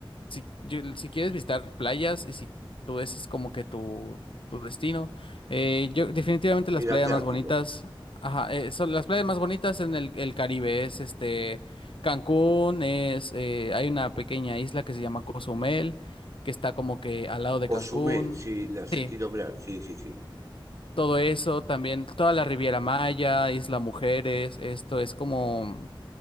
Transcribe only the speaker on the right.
el
Atlántico.
Cozumel, sí, la
sentí nombrar, sí, sí, sí.